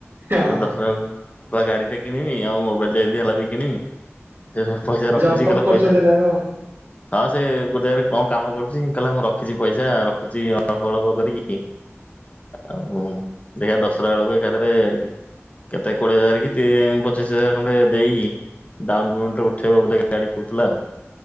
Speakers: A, on the right (about 50°); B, on the left (about 30°).
A: ହଁ।
B: ଦଶହରା ରେ ଗାଡି ଟେ କିଣିବି ।ଆଉ ମୋବାଇଲ ଟା ଯଦି ହେଲା ବି କିଣିବି। ସେ ପଇସା ରଖୁଛି
A: ଜପ୍ ଫପ୍
B: କହିଲା
A: କରୁଛନ୍ତି
B: ପଇସା
A: ନା କଣ?
B: ହଁ ସେ ଗୋଟେରେ କଣ କାମ କରୁଛି କହିଲା ମୁଁ ରଖିଛି ପଇସା ରଖୁଛି ଅଳ୍ପ ଅଳ୍ପ କରିକି। ଆଉ ଦେଖିବା ଦଶହରା ବେଳକୁ ଏକାଥରେ କେତେ କୋଡିଏ ହଜାର କି ତି ପଚିଶ ହଜାର ଖଣ୍ଡେ ଦେଇକି ଡାଉନ ପେମେଣ୍ଟରେ ଉଠେଇବୋଧେ ଗାଡି କହୁଥିଲା ଆଉ।